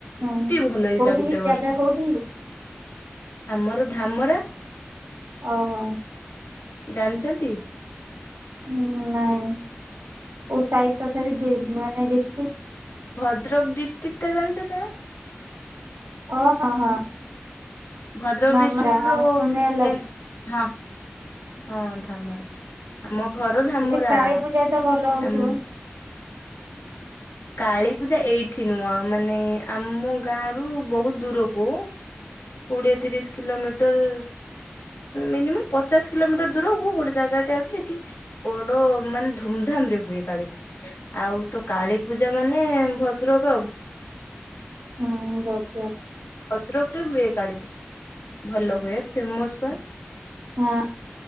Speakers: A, on the right (about 80°); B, on the left (about 85°).
A: ହଁ
B: ଏତେ ଭଲ ହେଇଥିଲା
A: କୋଉଠିକି
B: ଗୋଟେ ବର୍ଷ
A: ଜାଗା କୋଉଠିକି
B: ଆମର ଧାମରା।
A: ଓହୋ।
B: ଜାଣିଛନ୍ତି।
A: ହୁଁ ନାଇଁ କଉ ସାହିତ ତଥା ବିି ଯି ମାନେ ଜିଷ୍ଟି
B: ଭଦ୍ରକ ଡିଷ୍ଟ୍ରିକ୍ଟା ଜାଣିଞ୍ଚନ୍ତି ନା।
A: ଓହଁ ହଁ।
B: ଭଦ୍ରକ
A: ନମରା
B: ଡିଷ୍ଟ୍ରିକ୍ଟ
A: ହଁ
B: ରୁ
A: ଶୁଣିବାରେ ଲାଗୁଛି
B: ଏ ହଁ ହଁ ଧାମରା। ଆମ ଘର ଧାମରା
A: ସେଠି କାଳୀ ପୂଜା ତ ଭଲ ହଉଥିବ।
B: ଆମ୍ କାଳୀ ପୂଜା ଏଇଠି ନୁହଁ ମାନେ ଆମ ଗାଁ ରୁ ବହୁତ ଦୂରକୁ କୋଡ଼ିଏତିରିଶ କିିଲୋମିଟର। ମିନିମମ୍ ପଚାଶ କିଲୋମିଟର ଦୂର କୁ ଗୋଟେ ଜାଗାଟା ଅଛି ସେଠି ବଡ ମାନେ ଧୁମଧାମ ରେ ହୁଏ କାଳି ପୂଜା। ଆଉ ତୋ କାଳୀପୂଜା ମାନେ ଭଦ୍ରକ ଆଉ।
A: ହୁଁ ବଜାର।
B: ଭଦ୍ରକ ରେ ହୁଏ କାଳୀ ପୂଜା ଭଲ ହୁଏ ଫେମସ ବା।
A: ହଁ